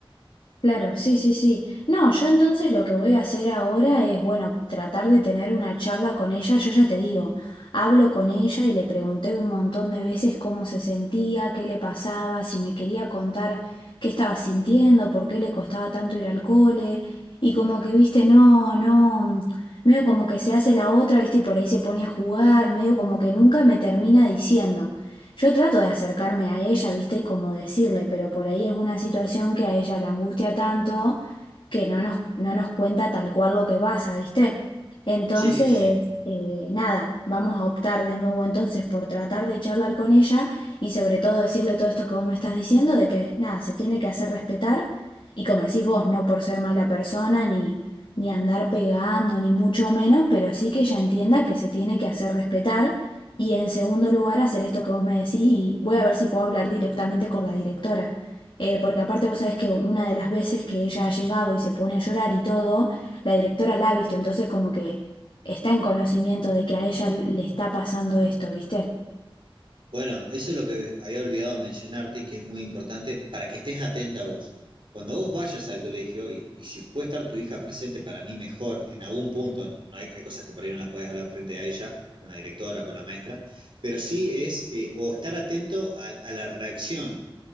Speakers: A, on the left (about 60°); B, on the right (about 60°).
A: Claro, sí, sí, sí. No, yo entonces lo que voy a hacer ahora es, bueno, tratar de tener una charla con ella. Yo ya te digo, hablo con ella y le pregunté un montón de veces cómo se sentía, qué le pasaba, si me quería contar qué estaba sintiendo, por qué le costaba tanto ir al cole. Y como que, viste, no, no, medio como que se hace la otra, viste, y por ahí se pone a jugar, medio como que nunca me termina diciendo. Yo trato de acercarme a ella, viste, y como decirle, pero por ahí es una situación que a ella la angustia tanto que no nos, no nos cuenta tal cual lo que pasa, viste. Entonces,
B: Sí, sí.
A: eh, nada, vamos a optar de nuevo entonces por tratar de charlar con ella y sobre todo decirle todo esto que vos me estás diciendo, de que nada, se tiene que hacer respetar y como decís vos, no por ser mala persona ni, ni andar pegando, ni mucho menos, pero sí que ella entienda que se tiene que hacer respetar y en segundo lugar, hacer esto que vos me decís y voy a ver si puedo hablar directamente con la directora. Eh, porque aparte vos sabés que una de las veces que ella ha llegado y se pone a llorar y todo, la directora la ha visto, entonces como que está en conocimiento de que a ella le está pasando esto, ¿viste?
B: Bueno, eso es lo que había olvidado mencionarte, que es muy importante para que estés atenta vos. Cuando vos vayas al colegio, y, y si puede estar tu hija presente para mí mejor en algún punto, ¿no? hay, hay cosas que por ahí no las puedes hablar frente a ella, con la directora, con la maestra, pero sí es, eh, o estar atento a, a la reacción